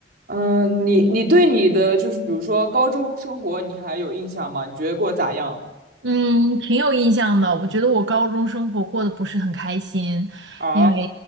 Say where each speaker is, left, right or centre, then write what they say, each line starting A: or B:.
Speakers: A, on the right; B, on the right.
A: 嗯，呃你你对你的就是比如说高中生活，你还有印象吗？你觉得过得咋样？
B: 嗯，挺有印象的。我觉得我高中生活过得不是很开心，
A: 啊，
B: 因为